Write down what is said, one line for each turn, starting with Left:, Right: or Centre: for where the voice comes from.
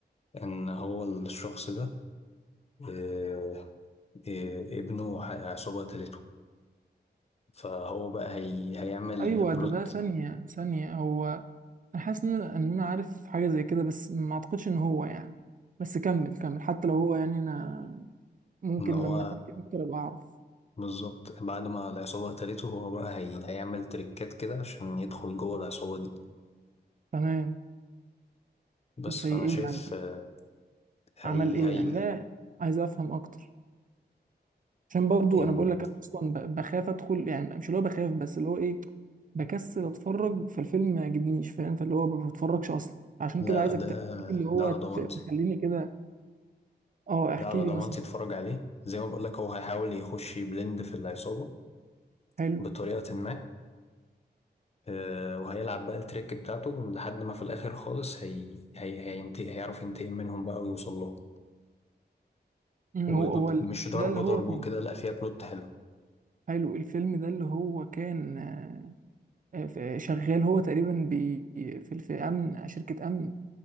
Left: ان هو الشخص ده آه، آه، ابنه ح- عصابة قتلته فهو بقى هي هيعمل
Right: ايوه
Left: بلوت
Right: ده ده ثانيه ثانيه هو انا حاسس ان ان انا عارف حاجه زي كده بس ما اعتقدش ان هو يعني بس كمل كمل حتى لو هو يعني انا ممكن
Left: ان هو
Right: لما تحكي اكتر ابقى اعرف
Left: بالظبط بعد ما العصابة قتلته هو بقى هي هيعمل تريكات كده عشان يدخل جوه العصابة دي
Right: تمام
Left: بس
Right: زي
Left: فانا
Right: ايه
Left: شايف
Right: يعني
Left: آه، هي
Right: عمل ايه
Left: هي
Right: يعني لا عايز افهم اكتر عشان برضو
Left: إن
Right: انا بقول لك انا اصلا ب- بخاف ادخل يعني مش اللي هو بخاف بس اللي هو ايه بكسل اتفرج فالفيلم ما يعجبنيش فاهم فاللي هو ما بتفرجش اصلا عشان
Left: لا
Right: كده عايزك
Left: لا، ده
Right: تحكي لي اللي هو
Left: ده على
Right: ت-
Left: ضمانتي
Right: تخليني كده اه احكي
Left: ده على ضمانتي
Right: لي مثلا
Left: اتفرج عليه زي ما بقول لك هو هيحاول يخش يبلند في العصابة
Right: حلو
Left: بطريقة ما آه، وهيلعب بقى التريك بتاعته لحد ما في الآخر خالص هي... هي... هينتقم هيعرف ينتقم منهم بقى ويوصل لهم
Right: أمم،
Left: ومش
Right: هو هو ال-
Left: ضرب
Right: ده اللي
Left: ضرب
Right: هو كان
Left: وكده لا فيها بلوت حلو
Right: حلو الفيلم ده اللي هو كان آه، آه، في- شغال هو تقريبا بي في في امن شركة امن